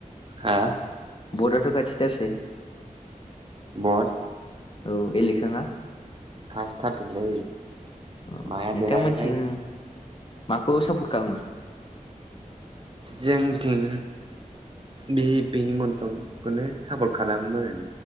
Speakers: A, on the right (about 40°); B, on the left (about 40°).
A: हो?
B: भटआथ' खाथिथारसै।
A: भट?
B: औ एलेक्सना।
A: खाथिथारथैलै
B: अ
A: माया
B: नोंथांमोनथिं
A: देरहागोनथाय।
B: माखौ सापर्ट खालामो?
A: जोंथिं बिजेपि हिमन्तखौनो सापट खालामो मोन